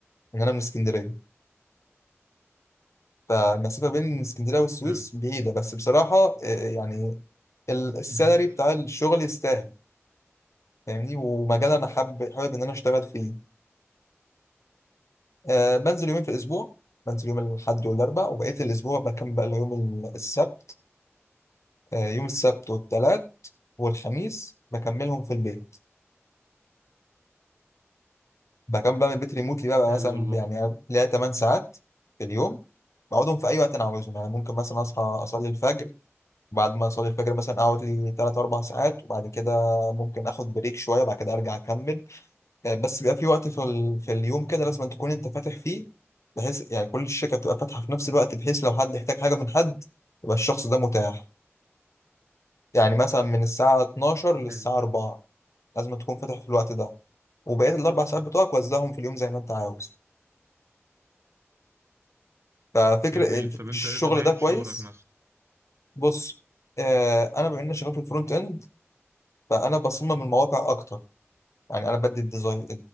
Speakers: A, on the left (about 85°); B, on the right (about 65°).
A: يعني انا من اسكندريه فالمسافه بين اسكندريه والسويس
B: حلو
A: بعيده بس بصراحه آه، يعني ال- السالري
B: <laughs>
A: بتاع الشغل يستاهل فاهمني ومجال انا حابب حابب ان انا اشتغل فيه أه بنزل يومين في الاسبوع بنزل يوم الاحد والاربع وبقيه الاسبوع بكمل بقى يوم ال- السبت أه يوم السبت والثلاث والخميس بكملهم في البيت بكمل بقى من البيت ريموتلي بقى, بقى
B: حلو
A: مثلا
B: والله
A: يعني ليا 8 ساعات في اليوم بقعدهم في اي وقت انا عاوزهم يعني ممكن مثلا اصحى اصلي الفجر بعد ما اصلي الفجر مثلا اقعد لي 3 4 ساعات وبعد كده ممكن اخد بريك شويه بعد كده ارجع اكمل آه، بس بيبقى في وقت في, ال... في اليوم كده لازم أن تكون انت فاتح فيه بحيث يعني كل الشركه بتبقى فاتحه في نفس الوقت بحيث لو حد يحتاج حاجه من حد يبقى الشخص ده متاح يعني مثلا من الساعه 12 للساعه
B: حلو
A: 4 لازم أن تكون فاتح في الوقت ده وبقيه الاربع ساعات بتوعك وزعهم في اليوم زي ما انت عاوز ففكر
B: جميل طب انت
A: الشغل
B: ايه طبيعة
A: ده
B: شغلك
A: كويس
B: مثلا
A: بص آه، انا بما اني شغال في الفرونت اند فانا بصمم المواقع اكتر يعني انا بدي الديزاين